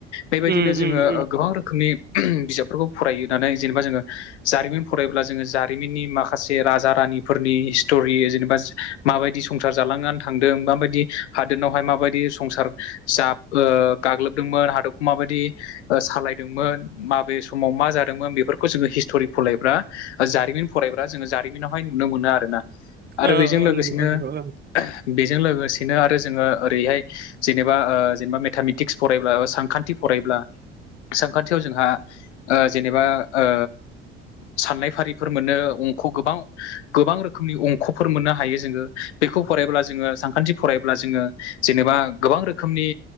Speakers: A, on the left; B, on the right.
A: बेबायदिनो
B: उम
A: जोङो
B: उम उम
A: गोबां रोखोमनि बिजाबफोरखौ फराय होनानै जेनेबा जोङो जारिमिन फरायब्ला जोङो जारिमिननि माखासे राजा रानिफोरनि हिस्टरि जेनेबा माबायदि संसार जालांनानै थांदों माबायदि हादोरनावहाय माबायदि स संसार जाब ओ गाग्लोबदोंमोन हादरखौ माबायदि ओ सालायदोंमोन। माबे समाव मा जादोंमोन बेफोरखौ जोङो हिस्टरि फरायब्रा जारिमिन फरायब्रा जोङो जारि मिनावहाय नुनो मोनो आरोना आरो
B: ओ
A: बेजों
B: ओ
A: लोगोसेनो
B: नंगौ नंगौ ओ
A: बेजों लोगोसेनो आरो जोङो ओरैहाय जेनेबा ओ जेनेबा मेथामेटिक्स फरायब्लाा सानखान्थि फरायब्ला सानखान्थियाव जोंहा ओ जेनेबा ओ साननाय फारिफोर मोनो अंख गोबां गोबां रोखोमनि अंख'फोर मोननो हायो जोङो बेखौ फरायब्ला जोङो सानखान्थि फरायब्ला जोङो जेनेबा गोबां रोखोमनि